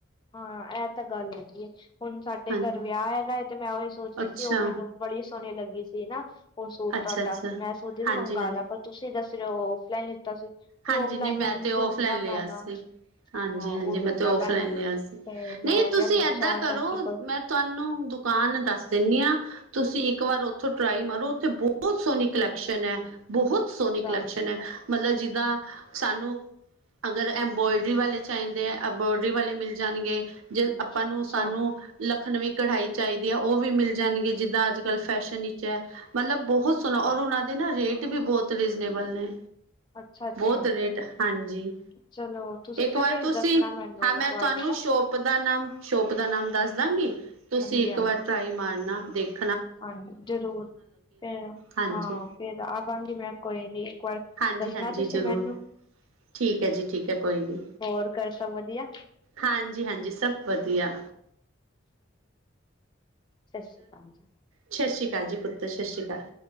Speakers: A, on the left; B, on the right.
A: ਹਾਂ ਇਹ ਤਾਂ ਗੱਲ ਹੈਗੀ ਏ। ਹੁਨ ਸਾਡੇ
B: ਹਾਂਜੀ
A: ਘਰ ਵਿਆਹ ਹੈਗਾ ਏ ਤੇ ਮੈਂ ਉਹੀ ਸੋਚਰੀ
B: ਅੱਛਾ
A: ਸੀ। ਉਹ ਮੈਨੂੰ ਬੜੀ ਸੋਹਨੀ ਲੱਗੀ ਸੀ ਨਾ। ਔਹ ਸੂਟ
B: ਅੱਛਾ
A: ਤੁੱਡਾ
B: ਅੱਛਾ
A: ਤੇ ਮੈਂ ਸੋਚਿਆ ਸੀ
B: ਹਾਂਜੀ
A: ਮੰਗਵਾ
B: ਹਾਂਜੀ
A: ਲਾ ਪਰ ਤੁਸੀਂ ਦੱਸ ਰੇਓ ਔਫਲਾਈਨ ਲਿੱਤਾ ਸੀ। ਫਿਰ
B: ਹਾਂਜੀ,
A: ਔਫਲਾਈਨ
B: ਨੀ ਮੈਂ
A: ਹੁਣ
B: ਤੇ ਔਫਲਾਈਨ
A: ਢੂੰਡਣਾ
B: ਲਿਆ
A: ਪੈਣਾ
B: ਸੀ। ਹਂਜੀ,
A: ਹਾਂ
B: ਹਂਜੀਮੈਂ
A: ਉਹ ਢੂੰਡਣਾ
B: ਤੇ ਔਫਲਾਈਨ
A: ਪੈਣਾ
B: ਲਿਆ ਸੀ।
A: ਤੇ ਮੈਂ
B: ਨਹੀਂਤੁਸੀਂ
A: ਕਿਹਾ ਪੁੱਛਾਂ
B: ਏਦਾਂ ਕਰੋ।
A: ਚਾਚੀ ਕੋਲ
B: ਮੈਂ ਤੁੱਨੂੰ ਦੁਕਾਨ ਦੱਸ ਦੇਨੀ ਆਂ। ਤੁਸੀਂ ਇੱਕ ਵਾਰ ਉਥ ਟ੍ਰਾਈ ਮਾਰੋ, ਉੱਥੇ ਬੋੱਤ ਸੋਹਨੀ ਕਲੈਕਸ਼ਨ ਹੈ। ਬੋੱਤ ਸੋਹਨੀ
A: ਅੱਛਾ
B: ਕਲੈਕਸ਼ਨ ਹੈ। ਮਤਲਬ ਜਿ ਦਾ ਸਾਨੂੰ। ਅਗਰ ਅਬਰੋਇਡਰੀ ਵਾਲੇ ਚੈਦੇ ਆ ਅਬਰੋਇਡਰੀ ਵਾਲੇ ਮਿਲ ਜਾਨਗੇ। ਜੇ ਆਪਾਂ ਨੂੰ
A: ਅੱਛਾ
B: ਸਾਨੂੰ ਲਖਨਵੀਂ ਕਢਾਈ ਚੈਦੀਹੈ ਉਹ ਵੀ ਮਿਲ ਜਾਣਗੇ। ਜਿੱਦਾਂ ਅੱਜ-ਕੱਲ ਫੈਸ਼ਨ ਵਿੱਚ ਹੈ। ਮਤਲਬ ਬੋੱਤ ਸੋਹਨਾ ਔਰ ਉਨਾਂ ਦੇ ਨਾ ਰੇਟ ਵੀ ਬੋੱਤ ਰੀਜ਼ਨੇਬਲ ਨੇ।
A: ਅੱਛਾ ਅੱਛਾ
B: ਬੋੱਤ ਰੇਟ ਹਂਜੀ,
A: ਚਲੋ ਤੁਸੀਂ
B: ਇੱਕ
A: ਨਾ
B: ਵਾਰ
A: ਫਿਰ
B: ਤੁਸੀਂ
A: ਦੱਸਣਾ ਮੈਨੂੰ
B: ਹਾਂ
A: ਇੱਕ
B: ਮੈਂ
A: ਵਾਰ
B: ਤੁੱਨੂੰ
A: ਨਾ
B: ਸ਼ੋਪ ਸੋ਼ਪ ਦਾ ਨਾਮ ਸ਼ੋਪ ਦਾ ਨਾਮ ਦੱਸ ਦਾਂਗੀ। ਤੁਸੀਂ
A: ਹਾਂਜੀ
B: ਇੱਕ
A: ਹਾਂਜੀ
B: ਵਾਰ ਟਰਾਈ ਮਾਰਨਾ ਦੇਖ।
A: ਹਾਂਜੀ, ਜਰੂਰ ਫੇਰ
B: ਹਾਂਜੀ
A: ਹਾਂ ਫੇਰ ਆਵਾਂਗੀ ਮੈ ਕੋਈ ਨੀ ਇੱਕ ਵਾਰ
B: ਹਾਂਜੀ
A: ਦੱਸਣਾ
B: ਹਾਂਜੀ
A: ਤੁਸੀਂ
B: ਜਰੂਰ,
A: ਮੈਨੂੰ
B: ਠੀਕ ਐ ਜੀ, ਠੀਕ ਐ ਕੋਈ ਨੀ।
A: ਹੋਰ ਘਰ ਸਭ ਵਧੀਆ
B: ਹਾਂਜੀ, ਹਾਂਜੀ ਸਬ ਵਧੀਆ।
A: ਸਾਸ਼੍ਰੀਕਾਲ ਜੀ।
B: ਸ਼ਸ਼੍ਰੀਕਾਲ ਜੀ ਪੁੱਤਰ, ਸ਼ਸ਼੍ਰੀਕਾਲ।